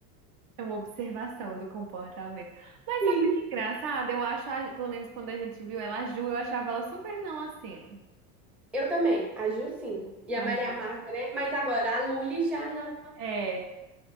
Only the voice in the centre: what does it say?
Sim.
Eu também, a Ju sim. E
a Maria
Marta, né? Mas agora, a Lully já não.